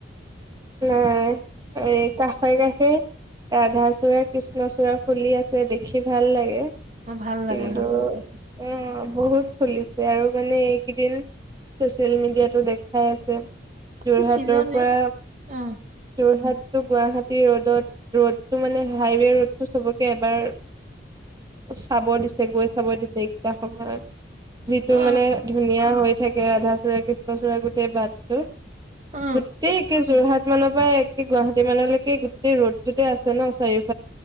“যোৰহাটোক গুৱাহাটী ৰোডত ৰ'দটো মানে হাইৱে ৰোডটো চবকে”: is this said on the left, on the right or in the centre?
Right